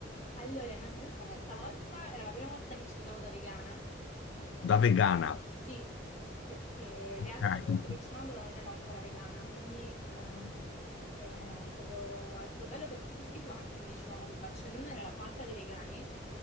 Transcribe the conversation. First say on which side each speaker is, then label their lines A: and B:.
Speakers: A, on the left (about 35°); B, on the left (about 80°).
A: allora, innanzitutto questa volta era la prima volta che ci andavo da vegana
B: da vegana?
A: Sì, perché
B: Ok.
A: le altre volte che
B: <laughs>
A: ci sono andata non ero ancora vegana, quindi ehm, è stato, è stato bello perché tutti quanti mi dicevano che Barcellona era la patria dei vegani